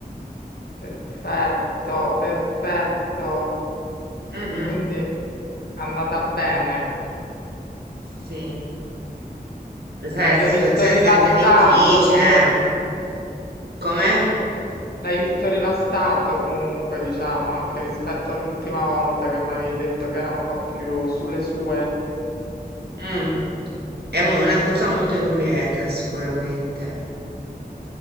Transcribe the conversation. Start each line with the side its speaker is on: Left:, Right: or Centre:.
Left: Perfetto, perfetto.
Right: Mhm,
Left: Quindi è andata bene.
Right: Sì, Lo sai,
Left: L'hai
Right: la situazione
Left: visto rilassato
Right: è sempre difficile,
Left: comunque.
Right: eh. Come?
Left: l'hai visto rilassato comunque, diciamo, anche rispetto all'ultima volta che mi avevi detto che era un po' più sulle sue.
Right: Mm. È mo- una persona molto inquieta, sicuramente.